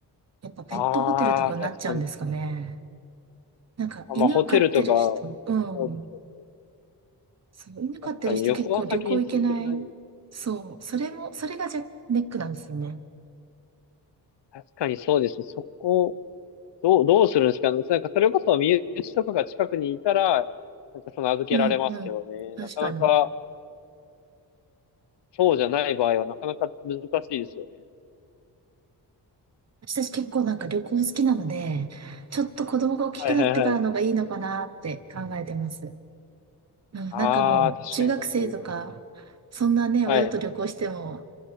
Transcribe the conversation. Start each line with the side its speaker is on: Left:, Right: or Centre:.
Right: やっぱペットホテルとかになっちゃうんですかね。
Left: ああ、確かに。
Right: なんか犬を飼ってる人、
Left: あ、まあ、ホテルとか、
Right: うん。
Left: そうですよね。
Right: そう、犬飼ってる人結構旅行行けない。
Left: 確かに、旅行先に連れてけない。
Right: そう、それも、それがじゃ、ネックなんですよね。
Left: 確かにそうですね。そこどう、どうするんですかねなんかそれこそ身内とかが近くにいたら、なんかその預けられますけどね。
Right: うんうん。確かに。
Left: なかなか、そうじゃない場合はなかなか難しいですよね。
Right: 私たち結構なんか旅行好きなので、ちょっと子供が大きくなってからのがいいのかなって考えてます。
Left: はいはいはい。
Right: うんなんかもう中学生とか、
Left: ああ、確かに確かに。
Right: そんなね、
Left: はい。
Right: 親と旅行しても